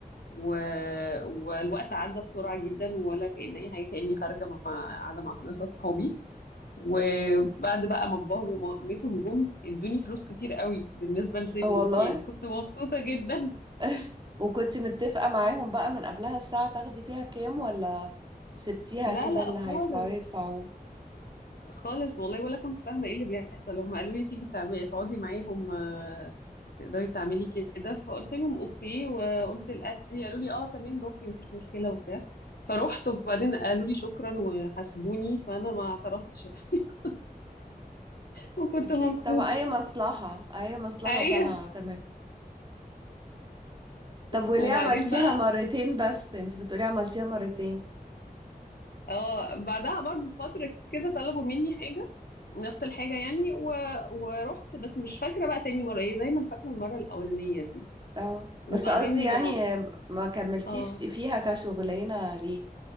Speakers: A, on the left (about 80°); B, on the right (about 30°).
A: و... والوقت عدى بسرعة جدا ولا كأن أي حاجة كأني خارجة مع قاعدة مع ناس أصحابي وبعد بقى ما باباهم ومامتهم جم ادوني فلوس كتير قوي بالنسبة لسني
B: آه والله
A: يعني كنت مبسوطة جدا <laughs>
B: <laughs> وكنت متفقة معاهم بقى من قبلها الساعة تاخدي فيها كام ولا سبتيها
A: لا
B: كده
A: لا
B: اللي
A: خالص
B: هيدفعوه يدفعوا
A: خالص والله ولا كنت فاهمة ايه اللي بيحصل هم قالوا لي تيجي تعملي تقعدي معاهم آه، تقدري تعملي كده فقلت لهم اوكي وقلت لأهلي قالوا لي اه تمام روحي مفيش مشكلة وبتاع فروحت وبعدين قالوا لي شكرا وحاسبوني فانا ما اعترضتش <laughs> وكنت
B: أكيد
A: مبسوطة
B: طبعا أي مصلحة أي مصلحة
A: ايوه
B: طالعة تمام طب وليه
A: وبعدين
B: عملتيها
A: بقى
B: مرتين بس أنت بتقولي عملتيها مرتين
A: اه بعدها برضه بفترة كده طلبوا مني حاجة نفس الحاجة يعني و... ورحت بس مش فاكرة بقى تاني مرة ايه دايما فاكرة المرة الأولانية دي
B: اه
A: وبعدين
B: بس قصدي يعني ما كملتيش
A: اه
B: فيها كشغلانة ليه